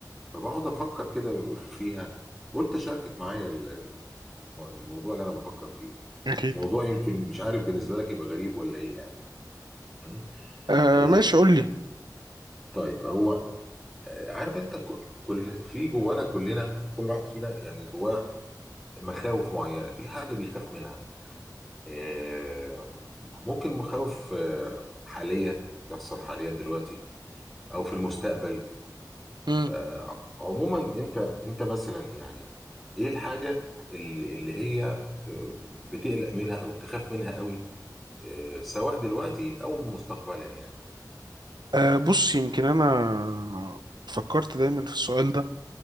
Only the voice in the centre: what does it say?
فبقعد افكر كده <laughs> فيها قلت اشاركك معايا ال- ال- الموضوع اللي انا بفكر فيه
موضوع يمكن مش عارف بالنسبه لك يبقى غريب ولا ايه يعني مم.
آه
طيب هو آه، عارف انت ك- كل في جوانا كلنا كل واحد فينا يعني جواه مخاوف معينه في حاجه بيخاف منها آه ممكن مخاوف آه حاليه تحصل حاليا دلوقتي او في المستقبل
فعموما انت انت مثلا يعني ايه الحاجه اللي اللي هي آه، بتقلق منها او تخاف منها قوي آه، سواء دلوقتي او مستقبلا يعني